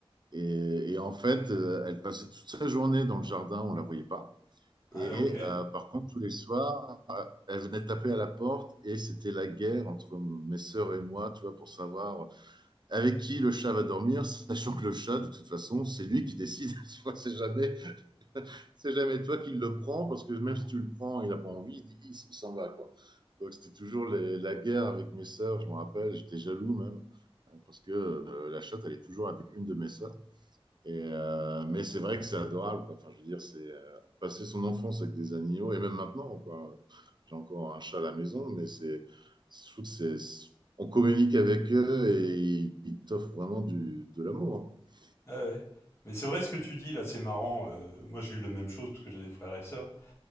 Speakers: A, on the right; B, on the left.
A: Et, et en fait, euh, elle passait toute sa journée dans le jardin, on la voyait pas.
B: Ah,
A: Et
B: ouais, ok.
A: euh, par contre, tous les soirs, elle venait taper à la porte et c'était la guerre entre mes sœurs et moi, tu vois, pour savoir avec qui le chat va dormir, sachant que le chat, de toute façon, c'est lui qui décide. <laughs> c'est jamais, c'est jamais toi qui le prends parce que même si tu le prends, il a pas envie, il, il- il s'en va, quoi. Donc c'était toujours les- la guerre avec mes sœurs, je me rappelle, j'étais jaloux même, euh, parce que euh, la chatte, elle est toujours avec une de mes sœurs. Et, euh, mais c'est vrai que c'est adorable, quoi. Enfin, je veux dire, c'est euh, passer son enfance avec des animaux, et même maintenant, quoi. J'ai encore un chat à la maison, mais c'est, je trouve que c'est, on communique avec eux et ils ils t'offrent vraiment du, de l'amour. hein.
B: Ah, ouais. Mais c'est vrai ce que tu dis, là, c'est marrant. euh, moi, j'ai eu la même chose, parce que j'ai des frères et sœurs.